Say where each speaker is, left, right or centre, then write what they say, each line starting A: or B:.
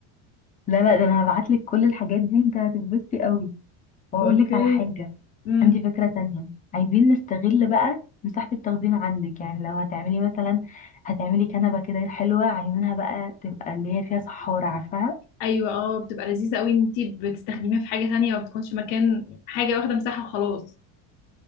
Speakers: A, on the left (about 20°); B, on the left (about 65°).
A: لا لا ده انا هبعت لك كل الحاجات دي انت هتتبسطي قوي وهقول
B: <laughs> اوكي
A: لك على حاجه
B: امم
A: عندي فكره تانية عايزين نستغل بقى مساحه التخزين عندك يعني لو هتعملي مثلا هتعملي كنبه كده حلوه عايزينها بقى تبقى اللي هي فيها سحاره عارفاها
B: ايوه اه بتبقى لذيذة قوي ان انت بتستخدميها في حاجة تانية ما بتكونش مكان حاجة واخدة مساحة وخلاص